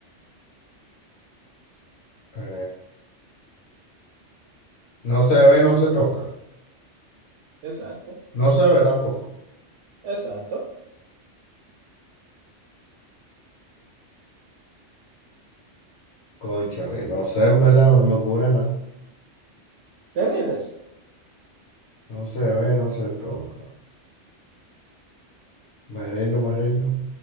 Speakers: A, on the left; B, on the right.
A: Eh, no se ve, no se toca.
B: Exacto,
A: No se ve tampoco.
B: exacto.
A: Cónchale, no sé, en verdad no se me ocurre nada.
B: ¿Te rindes?
A: No se ve, no se toca. Me rindo, me rindo.